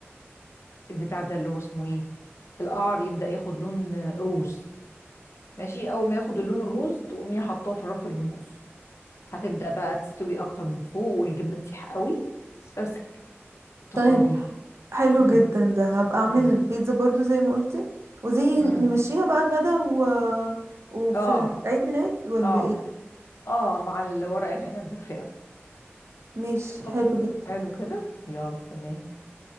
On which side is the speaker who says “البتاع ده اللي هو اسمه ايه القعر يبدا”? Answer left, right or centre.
Left